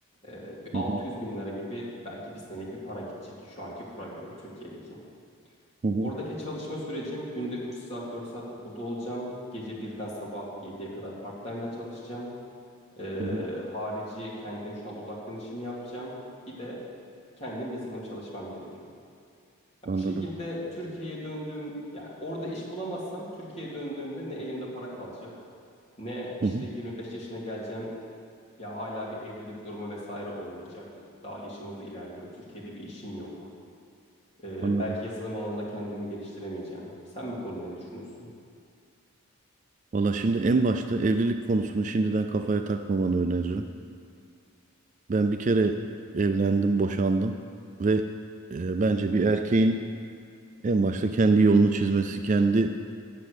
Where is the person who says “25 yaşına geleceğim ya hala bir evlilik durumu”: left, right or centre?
Left